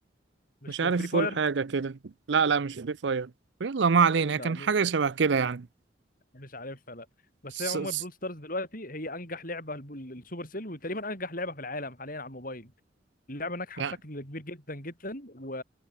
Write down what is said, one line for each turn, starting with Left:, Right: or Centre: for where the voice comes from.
Left: مش
Right: مش عارف
Left: فري فاير
Right: فول حاجة كده لا لا مش فري فاير يلا ما علينا هي
Left: لا
Right: كان
Left: م-
Right: حاجة شبه كده يعني
Left: مش عارفها لا بس
Right: س...
Left: هي عموما
Right: س...
Left: برول ستارز دلوقتي هي انجح لعبه لب- للسوبر سيل وتقريبا انجح لعبه في العالم حاليا على الموبايل اللعبه ناجحه
Right: يعني
Left: بشكل كبير جدا جدا و